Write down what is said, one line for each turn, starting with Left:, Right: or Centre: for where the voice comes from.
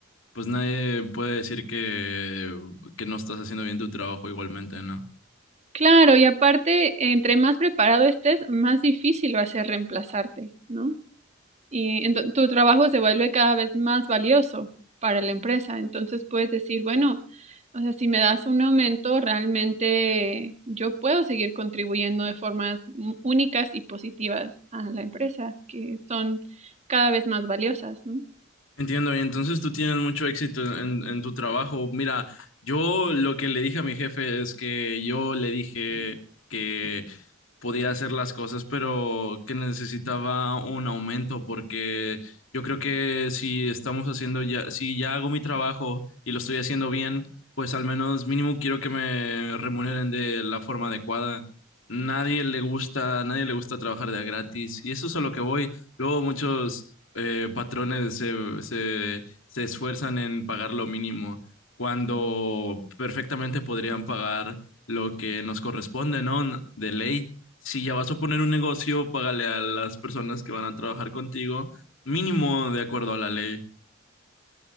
Left: pues nadie puede decir que, que no estás haciendo bien tu trabajo igualmente, ¿no?
Right: Claro, y aparte, entre más preparado estés, más difícil va a ser reemplazarte, ¿no? y ento- tu trabajo se vuelve cada vez más valioso para la empresa. Entonces puedes decir, bueno, o sea, si me das un aumento, realmente yo puedo seguir contribuyendo de formas m- únicas y positivas a la empresa, que son cada vez más valiosas, ¿no?
Left: Entiendo, y entonces tú tienes mucho éxito en, en tu trabajo. Mira, yo lo que le dije a mi jefe es que yo le dije que podía hacer las cosas, pero que necesitaba un aumento, porque yo creo que si estamos haciendo ya, si ya hago mi trabajo y lo estoy haciendo bien, pues al menos mínimo quiero que me remuneren de la forma adecuada. Nadie le gusta, nadie le gusta trabajar de a gratis, y eso es a lo que voy. Luego muchos eh, patrones se, se, se esfuerzan en pagar lo mínimo cuando perfectamente podrían pagar lo que nos corresponde, ¿no? De ley. Si ya vas a poner un negocio, págale a las personas que van a trabajar contigo mínimo de acuerdo a la ley.